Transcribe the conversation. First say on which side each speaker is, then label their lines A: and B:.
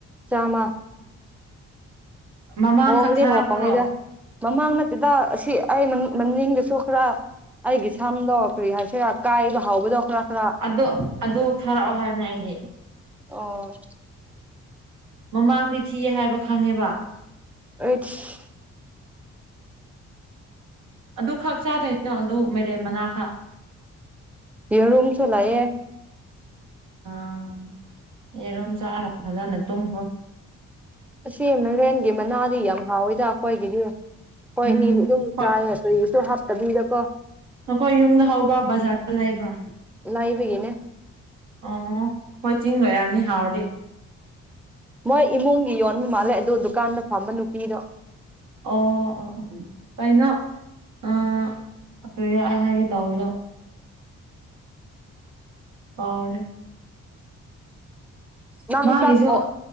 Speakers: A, in the centre; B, on the right (about 85°).
A: ꯆꯥꯝꯃꯥ꯫
B: ꯃꯃꯥꯡꯈꯛ
A: ꯍꯣꯡꯗꯤ
B: ꯊꯥꯔꯛꯄ꯭ꯔꯣ
A: ꯍꯣꯡꯉꯤꯗ ꯃꯃꯥꯡ ꯅꯠꯇꯦꯗ ꯑꯁꯤ ꯑꯩ ꯃꯅꯤꯡꯗꯁꯨ ꯈꯔ ꯑꯩꯒꯤ ꯁꯝꯗꯣ ꯀꯔꯤ ꯍꯥꯏꯁꯤꯔꯥ ꯀꯥꯏꯕ ꯍꯥꯎꯕꯗꯣ ꯈ꯭ꯔꯥ ꯈ꯭ꯔꯥ꯫
B: ꯑꯗꯨ ꯑꯗꯨ ꯊꯥꯔꯛꯑꯣ ꯍꯥꯏꯕꯅꯦ ꯑꯩꯗꯤ꯫
A: ꯑꯣ
B: ꯃꯃꯥꯡꯗꯤ ꯊꯤꯌꯦ ꯍꯥꯏꯕ ꯈꯪꯉꯦꯕ꯫
A: ꯑꯥꯏꯁ
B: ꯑꯗꯨ ꯈꯛ ꯆꯥꯗꯣꯏꯅꯣ ꯑꯗꯨ ꯃꯥꯏꯔꯦꯟ ꯃꯅꯥꯈꯛ꯫
A: ꯌꯦꯔꯨꯝꯁꯨ ꯂꯩꯌꯦ꯫
B: ꯑꯥ ꯌꯦꯔꯨꯝ ꯆꯥꯔ ꯐꯖꯅ ꯇꯨꯝꯈ꯭ꯔꯣ꯫
A: ꯑꯁꯤ ꯃꯥꯏꯔꯦꯟꯒꯤ ꯃꯅꯥꯗꯤ ꯌꯥꯝ ꯍꯥꯎꯋꯤꯗ ꯑꯩꯈꯣꯏꯒꯤꯗꯤ꯫ ꯍꯣꯏꯅꯤꯗꯤ
B: ꯎꯝ
A: ꯑꯗꯨꯝ
B: ꯍꯣꯏ
A: ꯆꯥꯏꯌꯦ ꯀꯔꯤꯁꯨ ꯍꯥꯞꯇꯕꯤꯗꯀꯣ꯫
B: ꯅꯈꯣꯏ ꯌꯨꯝꯗ ꯍꯧꯕ꯭ꯔꯥ ꯕꯖꯥꯔꯗ ꯂꯩꯕ꯭ꯔꯥ?
A: ꯂꯩꯕꯒꯤꯅꯦ
B: ꯑꯣ ꯑꯈꯣꯏ ꯆꯤꯡ ꯂꯩꯔꯝꯅꯤ ꯍꯥꯎꯔꯗꯤ꯫
A: ꯃꯣꯏ ꯏꯃꯨꯡꯒꯤ ꯌꯣꯟꯕ ꯃꯥꯜꯂꯦ ꯑꯗꯨ ꯗꯨꯀꯥꯟꯗ ꯐꯝꯕ ꯅꯨꯄꯤꯗꯣ꯫
B: ꯑꯣ ꯑꯣ ꯑꯣ ꯀꯩꯅꯣ ꯑꯥ ꯀꯔꯤꯔꯥ ꯑꯩ ꯍꯥꯏꯒꯦ ꯇꯧꯕꯗꯣ꯫ ꯀꯥꯎꯔꯦ꯫
A: ꯅꯪ
B: ꯃꯥꯒꯤꯁꯨ
A: ꯆꯥꯛꯊꯣ